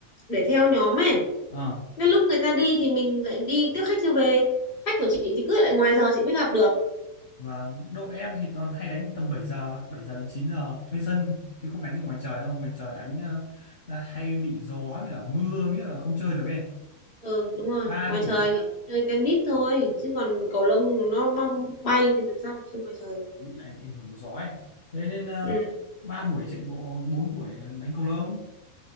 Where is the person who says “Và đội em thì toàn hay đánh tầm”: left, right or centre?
Left